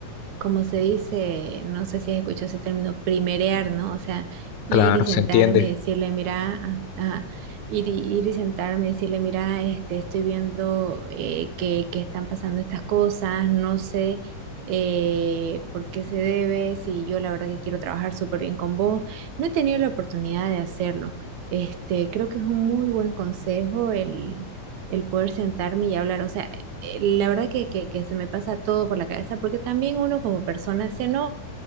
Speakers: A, on the right; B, on the left.
A: como se dice, no sé si has escuchado ese término, primerear, ¿no? O sea, ir
B: Claro,
A: y sentarme
B: se entiende.
A: y decirle, mira, ah, ah, ir y, ir y sentarme y decirle, mira, este, estoy viendo eh, que, que están pasando estas cosas, no sé eh, por qué se debe, si yo la verdad que quiero trabajar súper bien con vos, no he tenido la oportunidad de hacerlo. Este, creo que es un muy buen consejo el, el poder sentarme y hablar. O sea, eh, la verdad que, que, que se me pasa todo por la cabeza, porque también uno como persona se enoja,